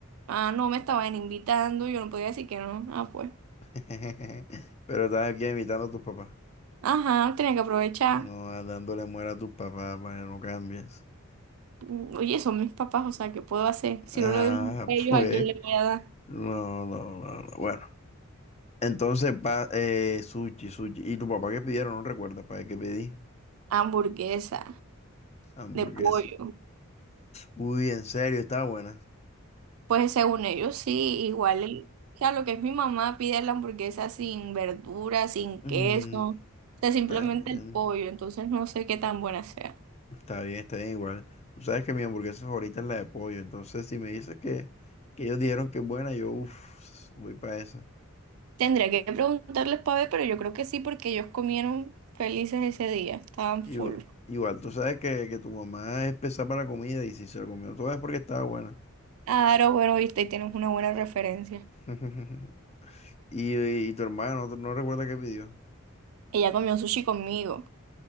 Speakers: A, on the right; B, on the left.
A: Ah, no me estaban invitando, yo no podía decir que no. Ah, pues.
B: <laughs> Pero estás aquí imitando a tus papás.
A: Ajá, tenía que aprovechar.
B: No, ah, dándole muera a tus papás para que no cambies.
A: Mm, Oye, son mis papás, o sea, ¿qué puedo hacer? Si
B: Ah,
A: no lo doy a
B: <laughs>
A: ellos,
B: pues.
A: ¿a quién le voy a dar?
B: No, no, no, no. Bueno. Entonces, pa, eh, sushi, sushi. ¿Y tu papá qué pidieron? No recuerdas para qué pedí.
A: Hamburguesa
B: Hamburguesa.
A: de pollo.
B: Uy, en serio, está buena.
A: Pues según ellos sí, igual el- o sea, lo que es mi mamá pide la hamburguesa sin verduras, sin queso,
B: Mm,
A: o sea, simplemente
B: está bien.
A: el pollo, entonces no sé qué tan buena sea.
B: Está bien, está bien igual. Tú sabes que mi hamburguesa favorita es la de pollo, entonces si me dices que, que ellos dijeron que es buena, yo uff, voy para esa.
A: Tendría que preguntarles para ver, pero yo creo que sí, porque ellos comieron felices ese día, estaban
B: Igu-
A: full.
B: Igual, tú sabes que, que tu mamá es pesada para la comida y si se la comió toda es porque estaba buena.
A: Claro, bueno, viste, y tienes una buena referencia.
B: <laughs> Y, y tu hermano no, no recuerda qué pidió.
A: Ella comió sushi conmigo.